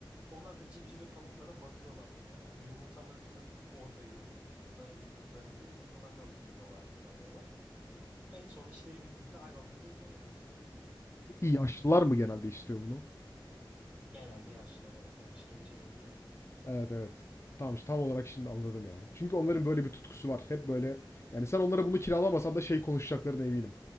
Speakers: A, on the right; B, on the left.
A: Onlar da civciv ve tavuklara bakıyorlar orada. Yani yumurtalarını orada yumurtladıklarında yumurtalarını alıp yiyorlar, kullanıyorlar. En son işleri bittiğinde hayvanları geri bana getiriyorlar.
B: Peki yaşlılar mı genelde istiyor bunu?
A: Genelde yaşlılar evet. Ben hiç gence denk gelmedim.
B: Evet, evet. Tamam, işte tam olarak şimdi anladım yani. Çünkü onların böyle bir tutkusu var. Hep böyle yani sen onlara bunu kiralamasan da şey konuşacaklarına eminim.